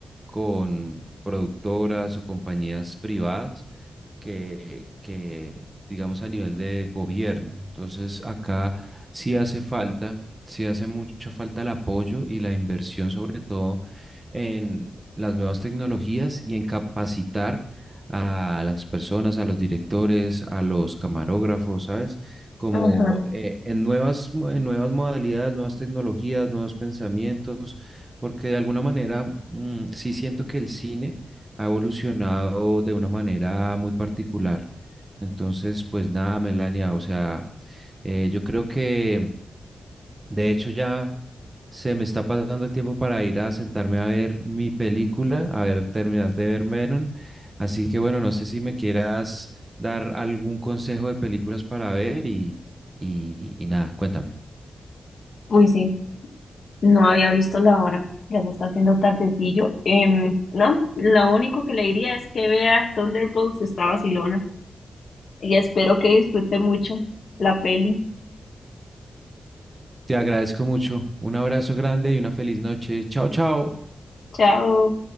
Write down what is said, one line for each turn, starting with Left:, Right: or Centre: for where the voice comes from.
Right: con productoras o compañías privadas que, que, digamos, a nivel de gobierno. Entonces, acá sí hace falta, sí hace mucha falta el apoyo y la inversión, sobre todo en las nuevas tecnologías y en capacitar a las personas, a los directores, a los camarógrafos, ¿sabes? Como
Left: Ajá.
Right: eh, en nuevas, mo- en nuevas modalidades, nuevas tecnologías, nuevos pensamientos, porque de alguna manera mm, sí siento que el cine ha evolucionado de una manera muy particular. Entonces, pues nada, Melania, o sea, eh, yo creo que de hecho ya se me está pasando el tiempo para ir a sentarme a ver mi película, a ver, terminar de ver Meron. Así que bueno, no sé si me quieras dar algún consejo de películas para ver y, y y nada, cuéntame.
Left: Uy, sí, no había visto la hora. Ya se está haciendo tardecillo. Em, no, lo único que le diría es que vea Thunderbolts está vacilona. y espero que disfrute mucho la peli.
Right: Te agradezco mucho. Un abrazo grande y una feliz noche. Chao, chao.
Left: Chao.